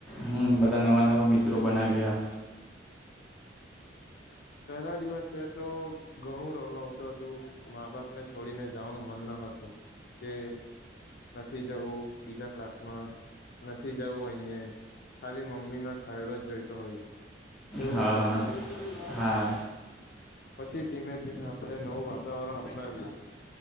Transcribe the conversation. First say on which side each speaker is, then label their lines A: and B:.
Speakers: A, in the centre; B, on the left.
A: હ બધા નવા નવા મિત્રો બનાવ્યા.
B: પહેલા દિવસે તો ઘણું રડવું આવતું હતું. મા બાપ ને છોડીને જવાનું મન ન હતું કે નથી જવું બીજા ક્લાસમાં નથી જવું અયે ખાલી મમ્મી નો છાયડો જ જોઈતો હોય. એવુ
A: હા
B: વિચારતા
A: હા
B: પછી ધીમે ધીમે આપડે નવું વાતાવરણ અપનાવ્યું.